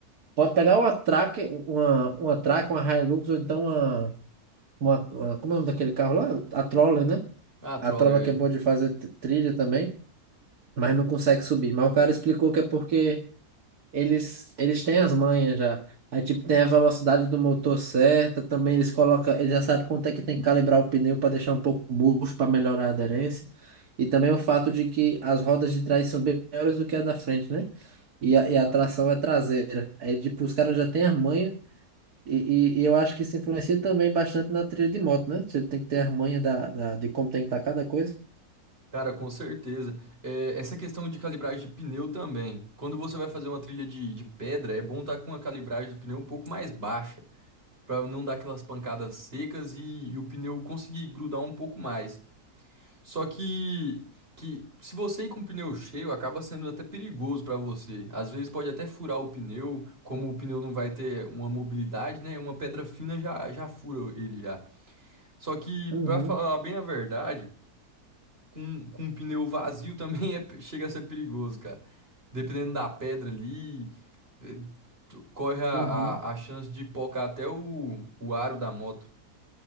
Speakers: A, on the right; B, on the right.
A: pode pegar uma track, uma, uma track, uma Hilux, ou então uma, uma, uma- como é o nome daquele carro lá? A Troller, né?
B: ah,
A: A
B: troller
A: Troller que
B: aí.
A: é boa de fazer t- trilha também, mas não consegue subir. Mas o cara explicou que é porque. Eles, eles têm as manhas já. Aí, tipo, tem a velocidade do motor certa, também eles colocam, eles já sabem quanto é que tem que calibrar o pneu para deixar um pouco murcho, para melhorar a aderência. E também o fato de que as rodas de trás são bem maiores do que a da frente, né? E a, e a
B: Ah,
A: tração é traseira. Aí, tipo, os caras já têm as manhas, e, e, e eu acho que isso influencia também bastante na trilha de moto, né? Você tem que ter as manhas da, da, de como tem que estar cada coisa.
B: Cara, com certeza. É, essa questão de calibragem de pneu também. Quando você vai fazer uma trilha de, de pedra, é bom estar com a calibragem do pneu um pouco mais baixa, para não dar aquelas pancadas secas e, e o pneu conseguir grudar um pouco mais. Só que, que se você ir com o pneu cheio, acaba sendo até perigoso para você. Às vezes pode até furar o pneu, como o pneu não vai ter uma mobilidade, né? Uma pedra fina já, já fura ele já. Só que,
A: Uhum,
B: para falar bem a verdade, com, com um pneu vazio também <laughs> é, chega a ser perigoso, cara. Dependendo da pedra ali, eh, tu- corre a,
A: uhum.
B: a, a chance de pocar até o, o aro da moto.